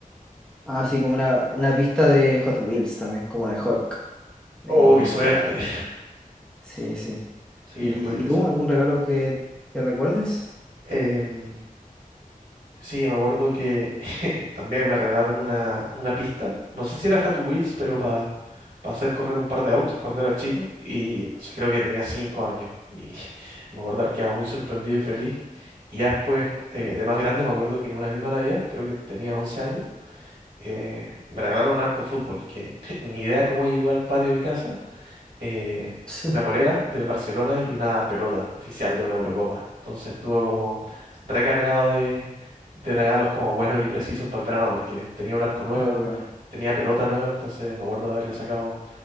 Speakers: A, in the centre; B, on the right (about 55°).
A: ah, sí, como una, una pista de Hot Wheels también, como de Hulk. Y,
B: oh, qué suerte.
A: y nada, también.
B: <laughs>
A: Sí, sí.
B: Sí,
A: ¿Y,
B: los juguetes.
A: y tú algún regalo que, que recuerdes?
B: pulsero. Sí, me acuerdo que <laughs> también me regalaron una, una pista. No sé si era Hot Wheels, pero para hacer correr un par de autos cuando era chico. Y no sé, creo que tenía cinco años. Y <laughs> me acuerdo que estaba muy sorprendido y feliz. Y ya después, eh, de más grande, me acuerdo que en una misma Navidad, creo que tenía 11 años, eh, me regalaron un arco de fútbol, que <laughs> ni idea cómo llegó al patio de mi casa, eh,
A: <laughs>
B: una polera del Barcelona y una pelota oficial de una Eurocopa. Entonces estuvo como recargado de, de regalos como buenos y precisos para el verano porque tenía un arco nuevo,
A: Ah, qué bueno.
B: tenía pelota nueva, entonces me acuerdo de haberle sacado